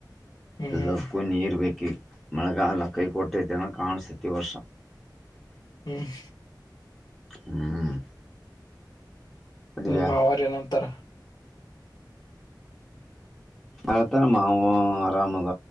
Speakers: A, in the centre; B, on the left (about 60°).
A: ಎಲ್ಲಕ್ಕೂನ್
B: ಹ್ಮ್
A: ನೀರಬೇಕ ಈಗ ಮಳೆಗಾಲ ಕೈ ಕೊಟ್ಟೈತನ ಕಾಣಸತಿ ಈ ವರ್ಷ
B: ಹ್ಮ್
A: ಹ್ಮ್ ಅಡುಗೆ
B: ಮಾವಾರ ಏನ ಅಂತರ.
A: ಆ ತರ ಮಾವ ಆರಾಮದ